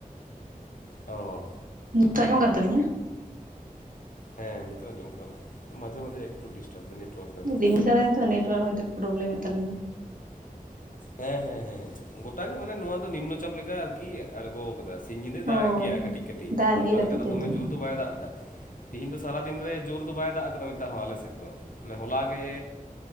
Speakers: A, on the left; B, on the right.
A: ᱚ
B: ᱱᱤᱛᱚᱜ ᱟᱧᱡᱚᱢᱚᱜ ᱠᱟᱱ ᱛᱟᱹᱞᱤᱧᱟ?
A: ᱦᱮᱸ ᱱᱤᱛᱚᱜ ᱟᱸᱡᱚᱢᱚᱜ ᱠᱟᱱᱟ ᱢᱟᱡᱷᱮ ᱢᱟᱡᱷᱮ ᱮᱠᱴᱩ ᱰᱤᱥᱴᱟᱵ ᱮᱫᱟ ᱱᱮᱴᱣᱟᱨᱠ᱾ ᱦᱚᱭᱛᱚ
B: ᱨᱤᱢᱤ ᱥᱟᱲᱟᱭ ᱛᱚ ᱱᱮᱴᱳᱣᱟᱨᱠ ᱦᱳᱭᱛᱚ ᱯᱨᱚᱵᱽᱞᱮᱢᱮᱫ ᱛᱟᱞᱤᱧᱟ᱾
A: ᱦᱮᱸ ᱦᱮᱸ ᱦᱮᱸ ᱜᱚᱴᱟ ᱜᱮ ᱢᱟᱱᱮ ᱱᱚᱣᱟ ᱫᱚ ᱱᱤᱢ ᱱᱚᱪᱟᱯ ᱞᱮᱠᱟ ᱟᱨᱠᱤ ᱟᱲᱜᱳᱣ ᱟᱠᱟᱫᱟ ᱾ ᱥᱤᱧ ᱧᱤᱫᱟᱹ
B: ᱦᱳᱭ
A: ᱫᱟᱜ ᱮᱜ ᱜᱮᱭᱟ ᱠᱟᱹᱴᱤᱡ ᱠᱟᱹᱴᱤᱡ
B: ᱫᱟᱜ
A: ᱱᱚᱝᱠᱟ
B: ᱮᱜ ᱜᱮ ᱠᱟᱹᱴᱤᱡ
A: ᱞᱮᱠᱟ ᱫᱚ
B: ᱠᱟᱹᱴᱤᱡ
A: ᱫᱚᱢᱮ ᱡᱳᱨ ᱫᱚ ᱵᱟᱭ ᱫᱟᱜ ᱮᱫᱟ᱾ ᱛᱤᱦᱤᱧ ᱫᱚ ᱥᱟᱨᱟ ᱫᱤᱱ ᱨᱮ ᱡᱳᱨ ᱫᱚ ᱵᱟᱭ ᱫᱟᱜ ᱟᱠᱟᱫᱟ ᱢᱤᱫ ᱫᱷᱟᱣ ᱦᱚᱸ ᱟᱞᱮ ᱥᱮᱫ ᱫᱚ ᱢᱟᱱᱮ ᱦᱚᱞᱟ ᱜᱮ